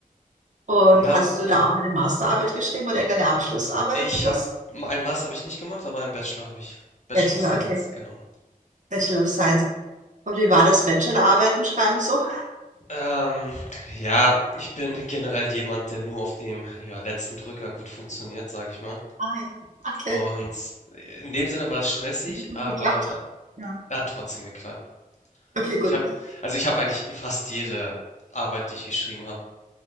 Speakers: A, on the right; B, on the left.
A: Und
B: Ja,
A: hast du da auch eine Masterarbeit geschrieben oder irgendeine Abschlussarbeit
B: ich
A: am Schluss?
B: habe einen Master habe ich nicht gemacht, aber einen Bachelor habe ich. Bachelor
A: Bachelor,
B: of Science,
A: okay.
B: genau.
A: Bachelor of Science. Und wie war das Bachelorarbeiten schreiben so?
B: Ähm, ja, ich bin generell jemand, der nur auf dem, ja, letzten Drücker gut funktioniert, sage ich mal.
A: Ah, ja. Okay,
B: Und in dem Sinne war es stressig,
A: gut
B: aber
A: geklappt. Ja.
B: er hat trotzdem geklappt.
A: Okay, gut.
B: Ich habe, also ich habe eigentlich fast jede Arbeit, die ich geschrieben habe,